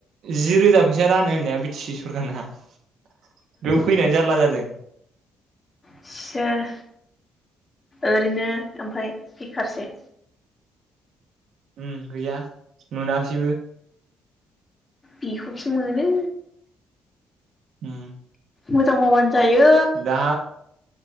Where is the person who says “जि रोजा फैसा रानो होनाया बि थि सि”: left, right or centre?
Right